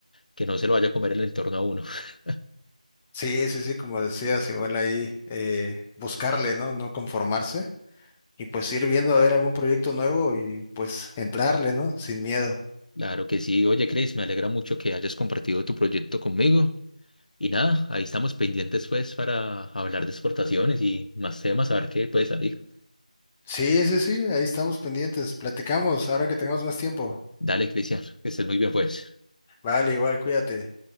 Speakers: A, on the left; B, in the centre.
A: que no se lo vaya a comer el entorno a uno. <laughs>
B: Sí, sí, sí, como decías, igual ahí eh, buscarle, ¿no? No conformarse. y pues ir viendo a ver algún proyecto nuevo y pues entrarle, ¿no? Sin miedo.
A: Claro que sí. Oye, Chris, me alegra mucho que hayas compartido tu proyecto conmigo. Y nada, ahí estamos pendientes pues para hablar de exportaciones y más temas, a ver qué puede salir.
B: Sí, sí, sí, ahí estamos pendientes. Platicamos ahora que tengamos más tiempo.
A: Dale, Cristian, que estés muy bien pues.
B: Vale, igual, cuídate.